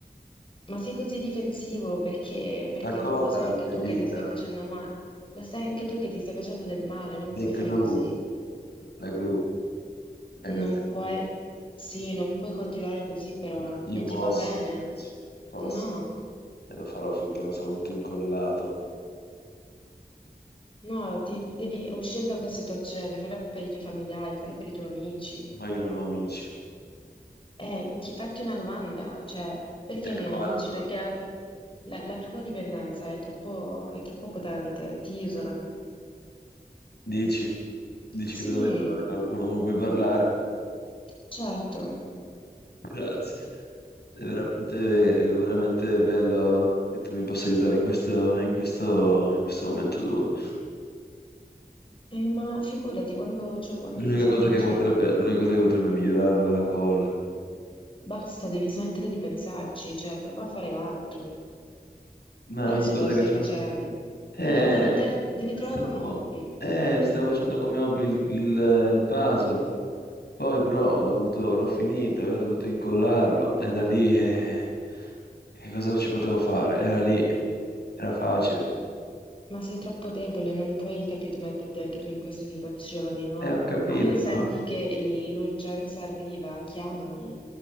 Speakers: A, on the left; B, on the left.
A: Ma sei così difensivo perché, perché
B: La colla
A: lo sai
B: è la
A: anche
B: mia
A: tu
B: vita,
A: che ti stai facendo male, lo sai anche tu che ti stai facendo del male, non
B: The
A: puoi
B: glue,
A: fare così,
B: la glue, è
A: non
B: presente?
A: puoi, sì, non puoi continuare così, però
B: Ma io
A: non
B: posso,
A: ti fa bene,
B: posso,
A: no,
B: e lo farò finché non sarò tutto incollato,
A: no, ti, devi uscire da questa situazione, fallo per i tuoi familiari, fallo per i tuoi amici,
B: ma io non ho amici.
A: eh, chi fatti una domanda, cioè, perché
B: E
A: non
B: qua
A: hai amici?
B: la domanda,
A: Perché la, la- la tua dipendenza è troppo, è troppo potente, ti isola,
B: dici? Dici
A: sì,
B: che dovrei trovare qualcuno con cui parlare.
A: certo.
B: <laughs> Grazie. È veramente, è veramente bello che tu mi possa aiutare in questo, in questo, in questo momento duro.
A: Eh, ma figurati, quando, cioè, quando
B: L'unica
A: ti serve
B: cosa
A: io
B: che
A: sono...
B: potrebbe, l'unica cosa che potrebbe migliorarlo è la colla.
A: Basta, devi smettere di pensarci, cioè, prova a fare altro.
B: Ma
A: Adesso
B: ogni cosa
A: cosa stai
B: che fa...
A: facendo?
B: Eh,
A: Devi, devi dar- devi
B: stavo,
A: trovare un hobby,
B: eh, stavo facendo come hobby il, il- il puzzle. Poi però ho dovuto, l'ho finito e ho dovuto incollarlo. E da lì... eh, che cosa ci potevo fare? Era lì, era facile.
A: ma sei troppo debole, non puoi, capito, metterti anche tu in queste situazioni, no?
B: Eh, ho capito,
A: Quando senti
B: ma...
A: che il- l'urgenza arriva, chiamami,